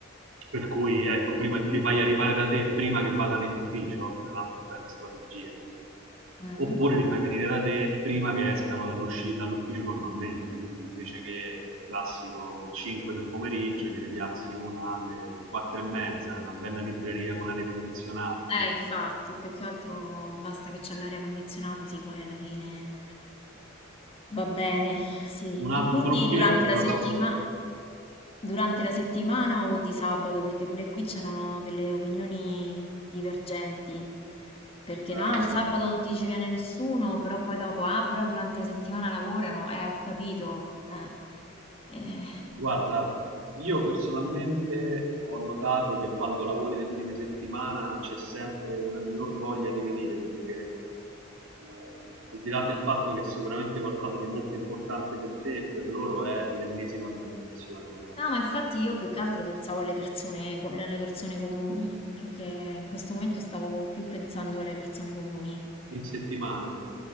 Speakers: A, on the right; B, on the left.
A: Per cui, ecco, prima
B: Mhm.
A: di- li fai arrivare da te prima che vadano in ufficio, che è un'altra bella strategia,
B: Mhm.
A: oppure li fai venire da te prima che escano dall'usci- dall'ufficio normalmente, quindi invece che il classico 5 del pomeriggio, gliene piazzi una alle 4 e mezza, in una bella libreria con aria condizionata.
B: Eh, infatti, più che altro basta che c'è l'aria condizionata, sì, poi alla fine va bene, sì.
A: Un
B: E
A: altro
B: quindi
A: trucchetto
B: durante
A: te
B: la
A: lo
B: settima-
A: posso...
B: durante la settimana o di sabato, perché pure qui c'erano delle opinioni divergenti, perché
A: eh,
B: no, il sabato non ti ci viene nessuno, però poi dopo, ah, però durante la settimana lavorano, eh, ho capito, eh. Eh.
A: Guarda, io personalmente ho notato che quando lavori nel fine settimana c'è sempre una minor voglia di venire perché eh, al di là del fatto che è sicuramente qualcosa di molto importante per te e per loro è l'ennesima presentazione magari.
B: No, ma infatti io più che altro pensavo alle persone, co- alle persone comuni, più che in questo momento stavo più pensando alle persone comuni.
A: In settimana,